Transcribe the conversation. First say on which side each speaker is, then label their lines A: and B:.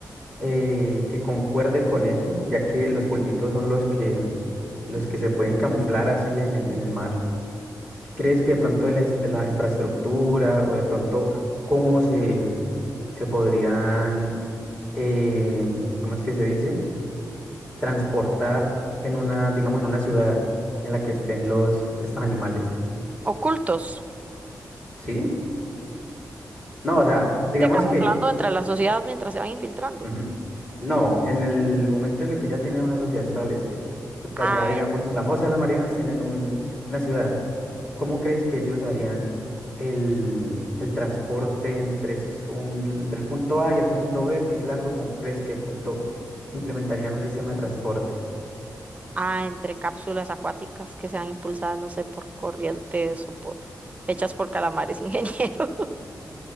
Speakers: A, on the left; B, on the right.
A: eh, que concuerde con ellos, ya que los pulpitos son los que, los que se pueden camuflar así en el, en el mar? ¿Qué crees que de pronto de la, ins- de la infraestructura o de pronto cómo se, se podrían, eh, ¿cómo es que se dice? Transportar en una, digamos, en una ciudad en la que estén los, estos animales.
B: Ocultos.
A: ¿Sí? No, o sea, digamos
B: Dice camuflando
A: que
B: entre la sociedad mientras se van infiltrando.
A: Ujú. No, en el momento en el que ya tienen una sociedad establecida, que por
B: Ah,
A: allá, digamos, en la Fosa de las Marianas tienen un- una ciudad, ¿cómo crees que ellos harían el, el transporte entre, su- un- entre el punto A y el punto B, que es largo? ¿Cómo crees que de pronto implementarían un sistema de transporte?
B: ah, entre cápsulas acuáticas que sean impulsadas, no sé, por corrientes o por hechas por calamares, ingeniero.